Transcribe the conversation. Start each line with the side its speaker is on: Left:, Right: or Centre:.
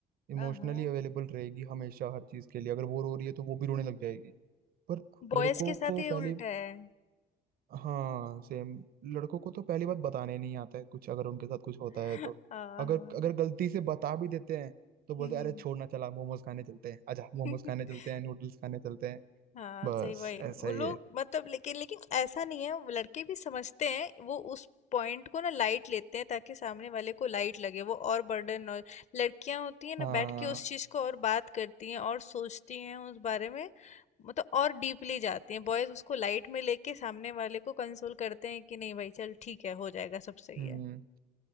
Right: इमोशनली
Left: हाँ
Right: अवेलेबल रहेगी हमेशा हर चीज़ के लिए अगर वो रो रही है तो वो भी रोने लग जाएगी पर
Left: बॉयज
Right: लड़कों
Left: के साथ
Right: को
Left: ये उल्टा
Right: पहली
Left: है
Right: हाँ सेम लड़कों को तो पहली बात बताने नहीं आता है कुछ अगर उनके साथ कुछ होता
Left: <laughs>
Right: है तो
Left: हाँ
Right: अगर अगर गलती से बता भी देते हैं तो बोलते
Left: हम्म
Right: हैं अरे छोड़ना चला मोमोज खाने चलते हैं अच्छा
Left: <laughs>
Right: मोमोज खाने चलते हैं नूडल्स खाने चलते हैं
Left: हाँ
Right: बस
Left: सही वही वो
Right: ऐसा ही
Left: लोग
Right: है
Left: मतलब लेकिन लेकिन ऐसा नहीं है वो लड़के भी समझते हैं वो उस पॉइंट को ना लाइट लेते हैं ताकि सामने वाले को लाइट लगे वो और बर्डन और लड़कियां होती हैं ना
Right: हाँ
Left: बैठ के उस चीज को और बात करती हैं और सोचती हैं उस बारे में मतलब और डीपली जाती हैं बॉयज उसको लाइट में लेके सामने वाले को कंसोल करते हैं कि नहीं भाई चल ठीक है हो जाएगा सब सही
Right: हम्म
Left: है